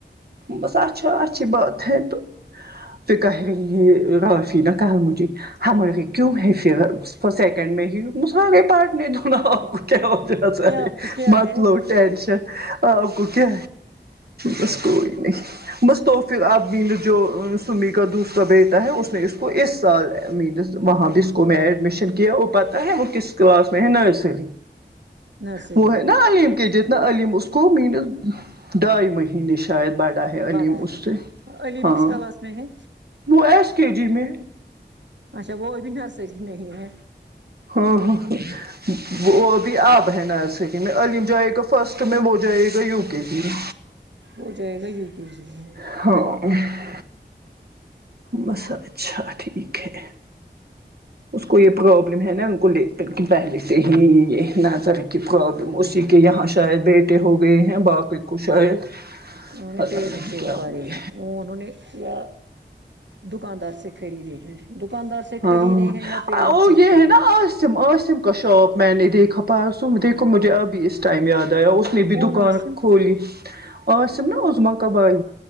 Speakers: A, on the right (about 60°); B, on the right (about 85°).
A: بس اچھا اچھی بات ہے تو تو کہہ رہی ہے رفی ن کہا مجھے ہمماری کیوں ہے فر سیکنڈ میں ہی مس پارٹنے دو نا کیا ہو جاتا
B: کیا
A: ہے
B: آپ کو کیا
A: مطلو
B: ہے
A: ٹینشن آپ کوک ہے بس کوئی نہیں بس تو پھر آپ <unintelligible> جو سمی کا دوسرا بیٹا ہے اس نے اس کو اس سال مینس وہاں جس کو میں ایڈمیشن کیا وہ پتہ ہے وہ کس کلاس میں ہے نرسری
B: نرسری
A: وہ
B: میں
A: ہے نا علیم کے جتنا علیم اس کو مینس ڈائی میں مہینے شاید باٹا ہے
B: بڑا
A: علیم اس
B: ہے
A: سے
B: علیم
A: ہاں
B: کس کلاس میں ہے
A: وہ ایس کے جی میں
B: اچھا وہ آبھی نرسری میں ہی ہے
A: ہاں ہاں ہا وہ ابھی اب ہے نرسری میں علیم جائے گا فرسٹ میں وہ جائے گا یو کے ج میں
B: وہ جائے گا یو کے جی میں
A: ہاں بس سب اچھا ٹھیک ہے اس کو یہ پروابلم ہے نا ان کو ل کر کہ پہلے سے ہی یہی نہ طرح کی پرابلم اسی کے یہاں شاید بیٹے ہو گئے ہیں باقی کو شاید
B: انہوں نے
A: پتہ
B: پیٹ
A: نہیں
B: سے
A: کیا
B: اتارے
A: ہوئے
B: ہیں وہ انہوں نے یا دکاندار سے خریدے ہیں دکاندار سے
A: ہاں
B: خریدے
A: ہاں
B: ہیں یا پیڑوں
A: آ وہ
B: سے
A: یہ
B: اتارے
A: ہے نا
B: ہیں
A: عاصم عاصم کا شاپ میں نے دیکھا پرسوں دیکھو مجھے ابھی اس ٹائم یاد آیا اس نے بھی
B: کون
A: دکان
B: عاصم
A: کھولی اور عاصم نہ عظمی کا بھائی